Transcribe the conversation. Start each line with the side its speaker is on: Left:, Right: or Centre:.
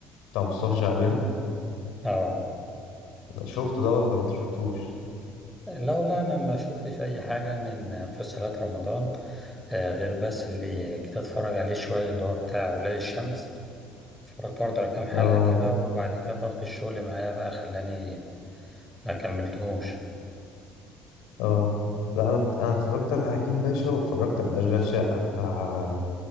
Left: بتاع مصطفى شعبان
Centre: اه
Left: شفته ده ولا انت شفتوش
Centre: لا والله انا ما شفتش اي حاجه من مسلسلات رمضان آه غير بس اللي كنت اتفرج عليه شويه اللي هو بتاع ولاد الشمس اتفرجت برضه على كام حلقه
Left: اه
Centre: كده وبعد كده ضغط الشغل معايا بقى خلاني ما كملتهوش
Left: اه لا انا انا اتفرجت على حكيم باشا واتفرجت على اشغال شقة بتاع